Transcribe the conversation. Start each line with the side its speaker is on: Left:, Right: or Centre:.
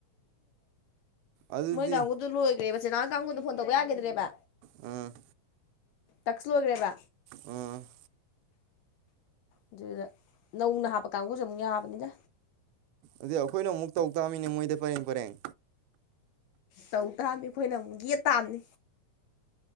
Right: ꯑꯗꯨꯗꯤ
Left: ꯃꯣꯏ ꯀꯥꯡꯕꯨꯨꯗꯨ ꯂꯣꯏꯈ꯭ꯔꯦꯕ <unintelligible> ꯀꯥꯡꯕꯨꯨꯗꯨ ꯐꯣꯟ ꯇꯧꯕ ꯌꯥꯈꯤꯗ꯭ꯔꯦꯕ꯫
Right: ꯎꯝ
Left: ꯇꯛꯁ ꯂꯣꯏꯈ꯭ꯔꯦꯕ
Right: ꯎꯝ꯫
Left: ꯑꯗꯨꯗ ꯅꯧꯅ ꯍꯥꯞꯄ ꯀꯥꯡꯕꯨꯁꯨ ꯑꯃꯨꯛ ꯌꯥꯕꯅꯤꯗ꯫
Right: ꯑꯗꯨ ꯑꯩꯈꯣꯏꯅ ꯑꯃꯨꯛ ꯇꯧ ꯇꯥꯝꯃꯤꯅꯦ ꯃꯣꯏꯗ ꯄꯔꯦꯡ- ꯄꯔꯦꯡ꯫
Left: ꯇꯧ ꯇꯥꯝꯃꯤ ꯑꯩꯈꯣꯏꯅ ꯑꯃꯨꯛ ꯌꯦꯠ ꯇꯥꯝꯅꯤ꯫